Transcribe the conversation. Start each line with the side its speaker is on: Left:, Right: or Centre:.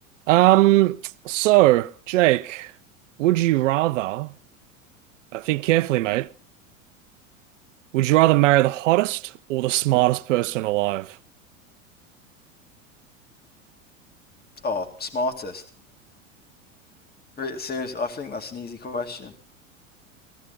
Right: Um, so, Jake, would you rather, I think carefully, mate, would you rather marry the hottest or the smartest person alive?
Left: Oh, smartest. Seriously, I think that's an easy question.